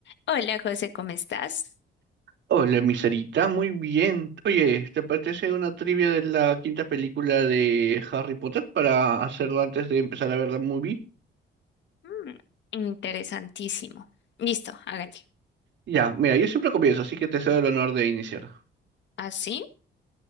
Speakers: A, on the left; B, on the right.
A: Hola José, ¿cómo estás?
B: Hola, mi Sarita, muy bien. Oye, ¿te apetece una trivia de la quinta película de Harry Potter para hacerlo antes de empezar a ver la movie?
A: Mm, interesantísimo. Listo, hágale.
B: Ya, mira, yo siempre comienzo, así que te cedo el honor de iniciar.
A: ¿Así?